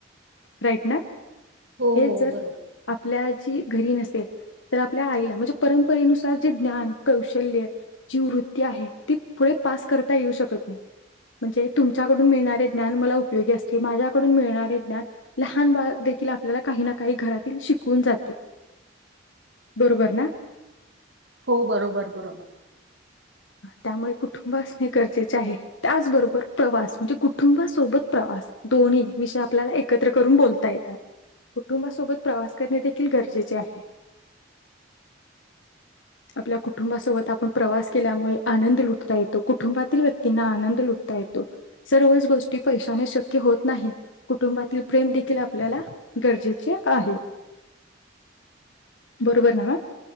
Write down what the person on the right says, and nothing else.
हो
हो
बरोबर
हो बरोबर, बरोबर.